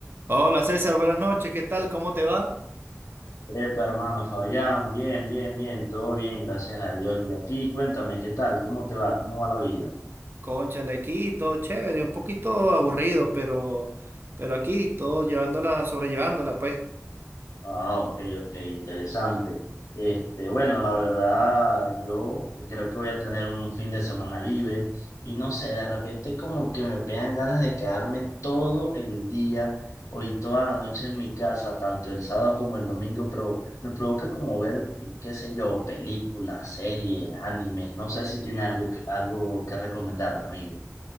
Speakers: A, on the right; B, on the left.
A: Hola César, buenas noches, ¿qué tal? ¿Cómo te va?
B: Epa, hermano Fabián, bien, bien, bien, todo bien, gracias a Dios. Y a ti, cuéntame, ¿qué tal? ¿Cómo te va? ¿Cómo va la vida?
A: Cónchale, aquí todo chévere, un poquito aburrido, pero, pero aquí todo llevándola, sobrellevándola, pues.
B: Ah, ok, ok, interesante. Este, bueno, la verdad, yo creo que voy a tener un fin de semana libre y no sé, de repente como que me pegan ganas de quedarme todo el día hoy toda la noche en mi casa, tanto el sábado como el domingo, pero me provoca como ver, qué sé yo, películas, series, animes, no sé si tiene algo que, algo que recomendarme, amigo.